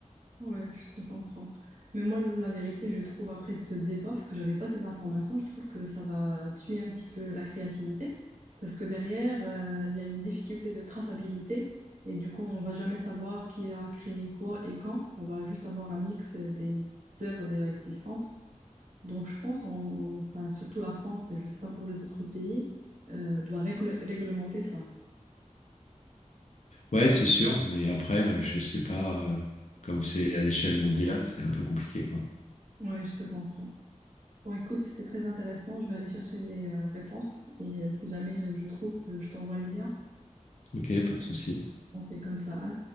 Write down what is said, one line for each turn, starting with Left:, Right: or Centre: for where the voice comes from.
Right: Ouais, je te comprends. Mais moi, la vérité, je trouve, après ce débat, parce que j'avais pas ces informations, je trouve que ça va tuer un petit peu la créativité, parce que derrière, euh, il y a une difficulté de traçabilité, et du coup, on va jamais savoir qui a créé quoi et quand. On va juste avoir un mix des œuvres déjà existantes. Donc, je pense, on- enfin, surtout la France, et je sais pas pour les autres pays, euh, doit règle- réglementer ça.
Left: Ouais, c'est sûr, mais après, euh, je sais pas, euh, comme c'est à l'échelle mondiale, c'est un peu compliqué, quoi.
Right: Ouais, je te comprends. Bon, écoute, c'était très intéressant. Je vais aller chercher des euh, réponses et euh, si jamais euh, je trouve, euh, je t'envoie les liens.
Left: Ok, pas de souci.
Right: On fait comme ça. À